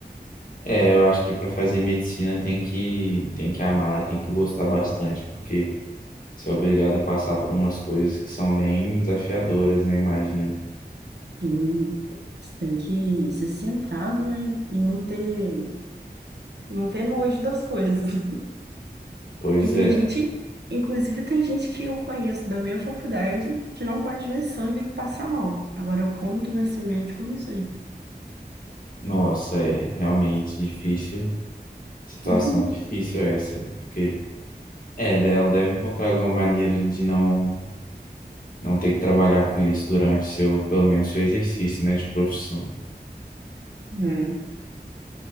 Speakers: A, on the left (about 55°); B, on the right (about 80°).
A: É, eu acho que para fazer medicina tem que, tem que amar, tem que gostar bastante, porque você é obrigado a passar por umas coisas que são bem desafiadoras, né? Imagino.
B: E você tem que ser centrado, né? E não ter, não ter nojo das coisas. <laughs>
A: Pois
B: Que tem
A: é.
B: gente, inclusive tem gente que eu conheço da minha faculdade que não pode ver sangue e que passa mal. Agora, como que vai ser médico, eu não sei.
A: Nossa, é realmente difícil. Situação
B: É.
A: difícil essa, porque é dela deve encontrar alguma maneira de não não ter que trabalhar com isso durante seu, pelo menos seu exercício, né, de profissão.
B: <laughs>